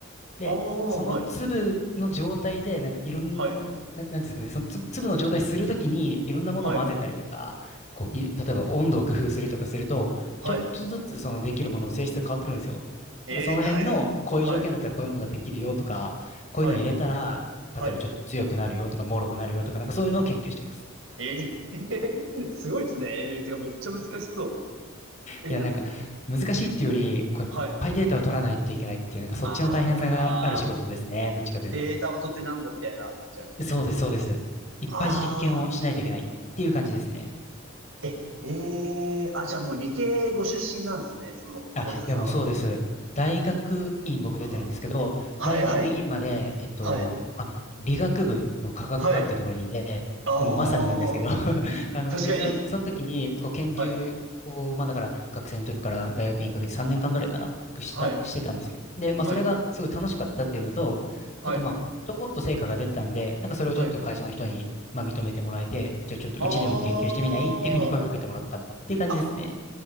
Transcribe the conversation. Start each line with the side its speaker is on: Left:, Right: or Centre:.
Left: で、
Right: ああ、
Left: その粒の状態で、
Right: はい、
Left: なんかいろん
Right: はい、
Left: な、なんていうんですかね、そのつ粒の状態にするときに、いろんなものを混ぜたりとか、
Right: はい、
Left: こう、い例えば温度を工夫するとかすると、
Right: はい。
Left: ちょっとずつそのできるものの性質が変わってくるんですよ。
Right: えー、
Left: なんかその辺の、
Right: はい、
Left: こういう条件だったらこういうものができるよとか、
Right: はい、
Left: こういうのを入れたら、
Right: はい、はい。
Left: 例えばちょっと強くなるよとか、脆くなるよとか、なんかそういうのを研究してます。
Right: えー、<laughs> すごいですね。えー、てか、めっちゃ難しそう。え、
Left: いや、
Right: なんか、
Left: なんか難しいっていうより、こうやっぱいっぱいデータを取らないといけないっていう、
Right: はい。
Left: なんかそっちの大変さがある仕事ですね。
Right: ああ、
Left: どっちかというと。
Right: データを取ってなんぼみたいな感じなんですね。
Left: そうです、そうです。いっぱい実験をしないといけないっていう感じですね。
Right: ああ。え、ええあ、じゃあもう理系ご出身なんですね、その、
Left: あ、
Right: ノイズさんは。
Left: でもそうです。大学院僕出てるんですけど、
Right: あはい、
Left: 大学院まで、
Right: はい、
Left: えっと、
Right: はい、
Left: あ、理学部の科学科っていうところにいて、
Right: はい。ああ、
Left: でもまさになんですけど <laughs> あの、
Right: 確かに。
Left: で、その、その時に、こう、研究を、
Right: はい、
Left: まあだから、学生の時から大学院にかけて3年間ぐらいかな、してた、
Right: はい、
Left: してたんですよ。で、まあそれがすごい楽しかったっていうのと、
Right: はい、はい、
Left: あとまあ、ちょこっと成果が出たんで、なんかそれをちょっと会社の人に、
Right: はい。
Left: まあ認めてもらえて、じゃあちょっとうちでも研究してみないっていうふうに声かけてもらったっていう感じですね。
Right: ああ、あ、